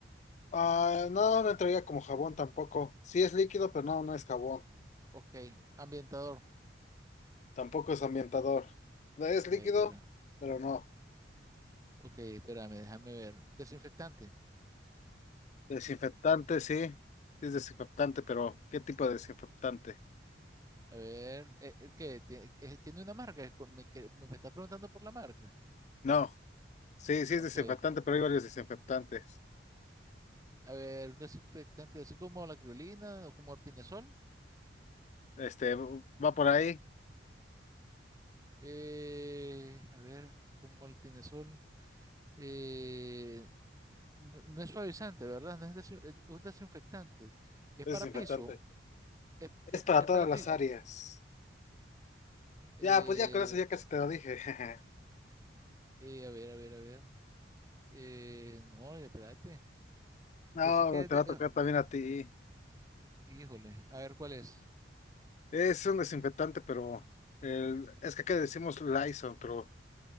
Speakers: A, on the left (about 40°); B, on the right (about 20°).
A: Ah, no, no entraría como jabón tampoco. Sí es líquido, pero no, no es jabón.
B: Ok. ¿Ambientador?
A: Tampoco es ambientador. No Es
B: Ok,
A: líquido,
B: espera.
A: pero no.
B: Ok, espérame, déjame ver. Desinfectante.
A: Desinfectante, sí. Sí es desinfectante, pero ¿qué tipo de desinfectante?
B: A ver, eh, eh, ¿qué? Ti- eh, ¿Tiene una marca? Es cu- Me, que- me está preguntando por la marca.
A: No. Sí, sí
B: Ok,
A: es desinfectante, pero hay varios desinfectantes.
B: a ver, un desinfectante así como la criolina o como el pinesol.
A: Este, va por ahí.
B: Eh, a ver, como el pinesol. eh, no, no es suavizante, ¿verdad? No es desin- es un desinfectante. Es
A: Es
B: para
A: desinfectante.
B: piso. Es,
A: Es
B: es-
A: para
B: es
A: todas
B: para piso.
A: las áreas.
B: Eh,
A: Ya, pues ya con eso ya casi te lo dije. <laughs>
B: eh, a ver, a ver, a ver. Eh, no, espérate.
A: No,
B: Decir que
A: pero
B: es
A: te
B: de-
A: va a
B: eh,
A: tocar también a ti.
B: híjole, a ver cuál es.
A: Es un desinfectante, pero el, es que acá le decimos Lysol, pero